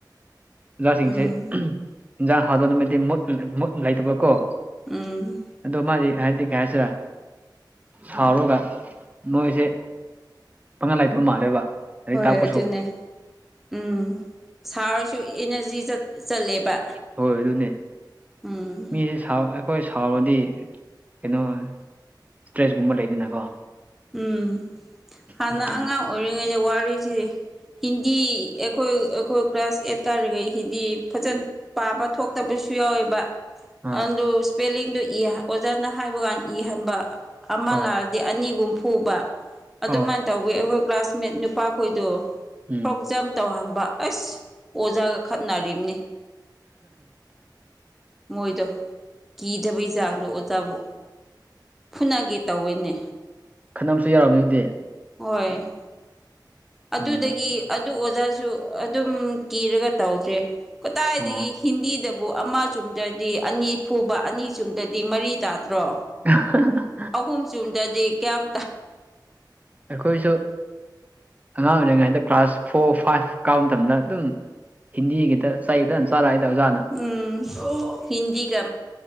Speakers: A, on the right (about 20°); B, in the centre.
A: ꯑꯣꯖꯥꯁꯤꯡꯁꯦ
B: ꯎꯝ
A: ꯎꯍꯝ ꯏꯟꯖꯥꯡ ꯍꯥꯎꯇꯕ ꯅꯨꯃꯤꯠꯇꯤ ꯃꯨꯠ ꯃꯨꯠ ꯂꯩꯇꯕꯀꯣ
B: ꯎꯝ
A: ꯑꯗꯣ ꯃꯥꯗꯤ ꯍꯥꯏꯗꯤ ꯀꯩ ꯍꯥꯏꯁꯤꯔꯥ ꯁꯥꯎꯔꯒ ꯃꯣꯏꯁꯦ ꯄꯪꯒꯜ ꯂꯩꯥꯇꯕ ꯃꯥꯜꯂꯦꯕ ꯂꯥꯏꯔꯤꯛ
B: ꯍꯣꯏ
A: ꯇꯥꯛꯄꯁꯨ
B: ꯑꯗꯨꯅꯦ ꯎꯝ ꯁꯥꯎꯔꯁꯨ ꯏꯅꯔꯖꯤ ꯆꯠꯂꯦꯕ
A: ꯍꯣꯏ ꯑꯗꯨꯅꯦ
B: ꯎꯝ
A: ꯑꯩ ꯁꯥꯎ ꯑꯩꯈꯣꯏ ꯁꯥꯎꯔꯗꯤ ꯀꯩꯅꯣ ꯏꯁꯇ꯭ꯔꯦꯁꯀꯨꯝꯕ ꯂꯩꯗꯅꯀꯣ
B: ꯎꯝ ꯍꯥꯟꯅ
A: ꯑꯗꯨꯒꯤꯅꯤ
B: ꯑꯉꯥꯡ ꯑꯣꯏꯔꯤꯉꯩꯗ ꯋꯥꯔꯤꯁꯤꯗꯤ ꯍꯤꯟꯗꯤ ꯑꯩꯈꯣꯏ ꯑꯩꯈꯣꯏ ꯀ꯭ꯂꯥꯁ ꯑꯦꯠ ꯀꯥꯔꯤꯒꯩ ꯍꯤꯟꯗꯤ ꯐꯖꯅ ꯄꯥꯕ ꯊꯣꯛꯇꯕꯁꯨ ꯌꯥꯎꯋꯦꯕ
A: ꯑꯥ
B: ꯑꯗꯨ ꯏꯁꯄꯦꯂꯤꯡꯗꯨ ꯑꯣꯖꯥꯅ ꯍꯥꯏꯕ ꯀꯥꯟꯗ ꯏꯍꯟꯕ ꯑꯃ
A: ꯑꯥ
B: ꯂꯥꯜ ꯑꯅꯤꯒꯨꯝ ꯐꯨꯕ ꯑꯗꯨꯃꯥꯏꯅ
A: ꯑꯥ
B: ꯇꯧꯋꯤ ꯑꯩꯈꯣꯏ ꯀ꯭ꯂꯥꯁꯃꯦꯠ ꯅꯨꯄꯥꯈꯣꯏꯗꯣ
A: ꯎꯝ
B: ꯐꯔꯣꯛ ꯖꯝ ꯇꯧꯍꯟꯕ ꯑꯁ ꯑꯣꯖꯥꯒ ꯈꯠꯅꯔꯤꯝꯅꯤ ꯃꯣꯏꯗꯣ ꯀꯤꯗꯕꯩ ꯆꯥꯡꯗꯣ ꯑꯣꯖꯥꯕꯨ ꯐꯨꯅꯒꯦ ꯇꯧꯋꯦꯅꯦ
A: ꯈꯟꯅꯕꯁꯨ ꯌꯥꯔꯕꯅꯤ ꯑꯗꯨꯗꯤ
B: ꯍꯣꯏ ꯑꯗꯨꯗꯒꯤ
A: ꯎꯝ
B: ꯑꯗꯨ ꯑꯣꯖꯥꯁꯨ ꯑꯗꯨꯝ ꯀꯤꯔꯒ ꯇꯧꯗ꯭ꯔꯦ ꯀꯗꯥꯏꯗꯒꯤ
A: ꯑꯣ
B: ꯍꯤꯟꯗꯤꯗ ꯑꯗꯨꯕꯨ ꯑꯃ ꯆꯨꯝꯗ꯭ꯔꯗꯤ ꯑꯅꯤ ꯐꯨꯕ ꯑꯅꯤ ꯆꯨꯝꯗ꯭ꯔꯗꯤ ꯃꯔꯤ ꯇꯥꯗ꯭ꯔꯣ
A: <inaudible>
B: ꯑꯍꯨꯝ ꯆꯨꯝꯕꯗꯗꯤ ꯀꯌꯥꯝ
A: ꯑꯩꯈꯣꯏꯁꯨ ꯑꯉꯥꯡ ꯑꯣꯏꯔꯤꯉꯩꯗ ꯀ꯭ꯂꯥꯁ ꯐꯣꯔ ꯐꯥꯏꯚ ꯀꯥꯕ ꯃꯇꯝꯗ ꯑꯗꯨꯝ ꯍꯤꯟꯗꯤꯒꯤꯗ ꯆꯩ ꯐꯖꯅ ꯆꯥꯔꯛꯑꯏꯗ ꯑꯣꯖꯥꯅ
B: ꯎꯝ ꯍꯤꯟꯗꯤꯒ